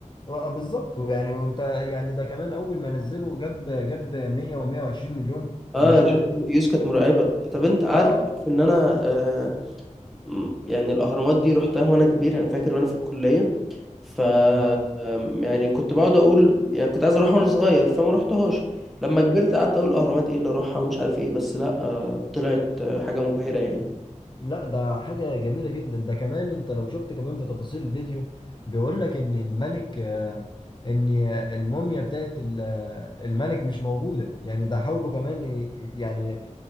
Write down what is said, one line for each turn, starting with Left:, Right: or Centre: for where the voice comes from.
Left: آه، بالظبط يعني وانت يعني ده كمان اول ما نزله جاب جاب 100 و120 مليون
Centre: اه
Left: مشاهده
Centre: انا شفت الفيوز كانت مرعبة طب انت قاعد
Left: اه
Centre: في ان انا آه، مم، يعني الأهرامات دي رحتها وأنا كبير أنا فاكر وأنا في الكلية ف
Left: آه.
Centre: أم، يعني كنت بقعد أقول يعني كنت عايز أروح وأنا صغير فما رحتهاش لما كبرت قعدت أقول الأهرامات إيه اللي أروحها ومش عارف إيه بس لأ آه، طلعت آه، حاجة مبهرة يعني
Left: لا ده حاجة جميلة جدا ده كمان انت لو شفت كمان في تفاصيل الفيديو بيقول لك ان الملك آه، ان الموميا بتاعت ال- آه، الملك مش موجودة يعني ده حاولوا كمان ي- يعني